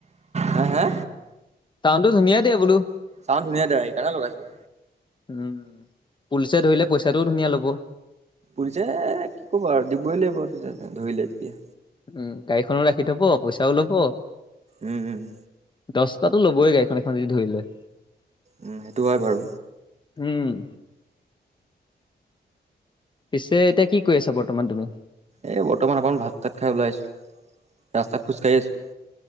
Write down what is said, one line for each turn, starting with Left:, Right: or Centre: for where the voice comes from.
Right: হে হে
Left: ত ধুনীয়া দিয়ে বোলো।
Right: চাওঁ ধুনীয়া দে সেইকাৰণে লগাইছো।
Left: উম পুলিচে ধৰিলে পইচাটোও ধুনীয়া ল'ব।
Right: পুলিচে কি ক'ব আৰু দিবই লাগিব আৰু ধৰিলে যেতিয়া
Left: উম গাড়ীখনো ৰাখি থব পইচাও ল'ব।
Right: উম', উম'।
Left: দচটাতো ল'বই গাড়ীখন এখন যদি ধৰি লয়।
Right: উম, সেইটো হয় বাৰু।
Left: উম। পিছে এতিয়া কি কৰি আছা বৰ্তমান তুমি?
Right: এই বৰ্তমান অকণমান ভাত তাত খাই ওলাই আহিছোঁ, ৰাস্তাত খোজকাঢ়ি আছোঁ।